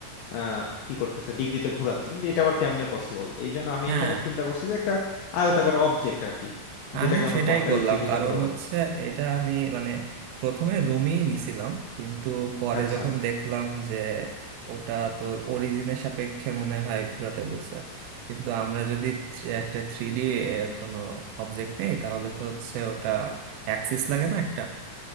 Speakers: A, on the left (about 80°); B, on the right (about 85°).
A: আহ কি করতেছে ডিগ্রিতে ঘোরাচ্ছে কিন্তু এটা আবার কেমনে পসিবল এই জন্য আমি
B: হ্যাঁ
A: এখানে চিন্তা করছি যে একটা আয়তাকার অবজেক্ট আর কি
B: আমিও
A: যেটাকে আমরা
B: সেটাই
A: পঁয়তাল্লিশ
B: করলাম
A: ডিগ্রিতে
B: কারণ
A: ঘোরাবো
B: হচ্ছে এটা আমি মানে প্রথমে রুমই নিছিলাম কিন্তু পরে
A: আচ্ছা
B: যখন দেখলাম যে ওটা তোর অরিজিনের সাপেক্ষে মনে হয় ঘুরাতে বলছে কিন্তু আমরা যদি থ্রি- একটা থ্রি ডি কোনো অবজেক্ট নেই তাহলে তো হচ্ছে ওটা অ্যাক্সিস লাগে না একটা